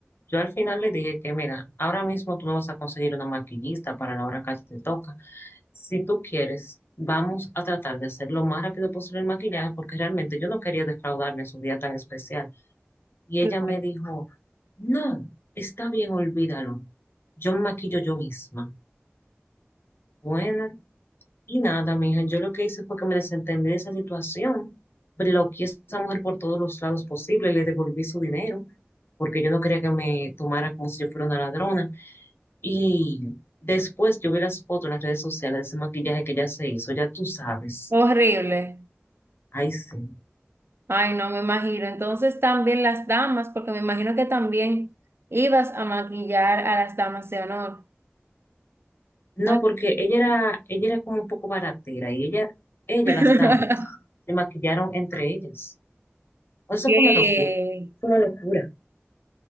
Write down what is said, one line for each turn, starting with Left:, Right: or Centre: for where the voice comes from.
Left: Yo al final le dije que, mira, ahora mismo tú no vas a conseguir una maquillista para la hora que a ti te toca. Si tú quieres, vamos a tratar de hacer lo más rápido posible el maquillaje porque realmente yo no quería defraudarme en su día tan especial. Y
Right: Claro.
Left: ella me dijo, no, está bien, olvídalo. Yo me maquillo yo misma. Bueno, y nada, mija, yo lo que hice fue que me desentendí de esa situación, bloqueé a esa mujer por todos los lados posibles, le devolví su dinero, porque yo no quería que me tomara como si yo fuera una ladrona. Y después yo vi las fotos en las redes sociales de ese maquillaje que ella se hizo, ya tú sabes.
Right: Horrible.
Left: Ay, sí.
Right: Ay, no me imagino. Entonces también las damas, porque me imagino que también ibas a maquillar a las damas de honor.
Left: No,
Right: Ay,
Left: porque ella era, ella era como un poco baratera y ella, ella,
Right: <laughs>
Left: las damas, se maquillaron entre ellas. Eso
Right: qué,
Left: fue una locura. Fue una locura.